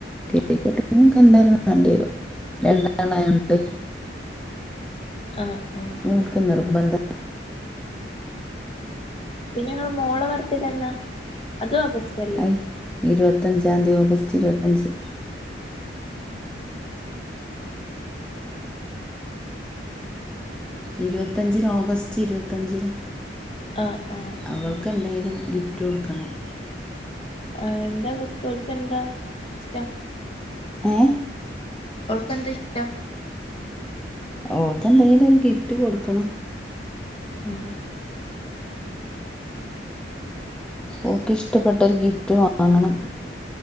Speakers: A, in the centre; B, on the left (about 30°).
A: കേക്ക് കട്ടിങ്ങക്കെ എന്തായാലും വേണ്ടി വരും രണ്ടാളായോണ്ട്
B: ആഹ് ആ
A: ഓൽക്ക് നിർബന്ധ
B: പിന്നെ നിങ്ങടെ മോളെ ബർത്ഡേ എന്നാ അതും ഓഗസ്റ്റ് അല്ലേ
A: ഐ ഇരുപത്തഞ്ചാംതി ഓഗസ്റ്റ് ഇരുപത്തഞ്ച് ഇരുപത്തഞ്ചിന് ഓഗസ്റ്റ് ഇരുപത്തഞ്ചിന്
B: ആഹ് ആഹ്
A: അവൾക്ക്
B: ആഹ്
A: എന്തെലും ഗിഫ് ഫ്റ്റ് കൊടുക്കണം
B: ആഹ് എന്താ കൊട്ക്കാ ഓൾക്ക് എന്താ ഇഷ്ട്ടം
A: ഏഹ്
B: ൾക്കെന്താ ഇഷ്ട്ടം
A: ഓൾക്കെന്തെങ്കിലും ഒരു ഗിഫ്റ്റ് കൊടുക്കണം
B: ഉം
A: ഓക്ക് ഇഷ്ടപ്പെട്ടൊരു ഗിഫ്റ്റ് വാങ്ങണം